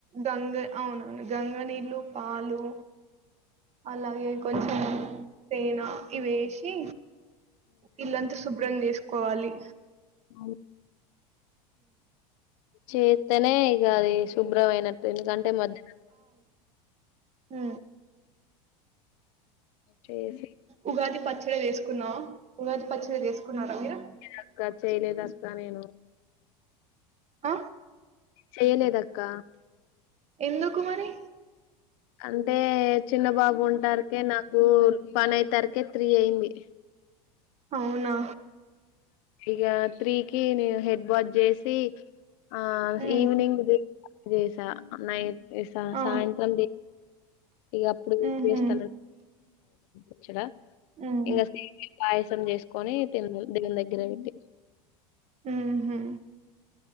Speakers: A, on the right; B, on the left.
A: గంగ అవునవును గంగ నీళ్ళు పాలు అలాగే కొంచెం తేనె ఇవి వేసి ఇల్ంత సుభ్రం చేసుకు కోవాలి
B: అవు చేతనే గారి శుభ్రమైన ఎందుగంటే మధ్య్
A: హ
B: చేసి
A: ఉగాది పచ్చడి చేసుకున్నావు ఉగాది పచ్చడి తీసుకున్నారా మీరా
B: అక్క చేయలేదక్క నేను
A: ఆ
B: చేయలేదక్క
A: ఎందుకు మరి
B: అంటే చిన్న బాబు ఉంటారుకే నాకు పన్ అయితరకే త్రీ అయింది
A: అవునా
B: ఈగ త్రీకి నేను హ బాజ చేసి ఆ
A: హ్మ్
B: ఈవినింగ్ దసా నై ఈ సా
A: ఆ
B: సాయంత్రం ఇగ అప్పుడు
A: ఊహూ
B: దేవస్థాన ఇచ్చాడా
A: హ్మ్
B: ఇగ సేమ్య పాయసం సం చేసుకొని తిన్నం దేవుందగ్గర పెట్టి
A: హహా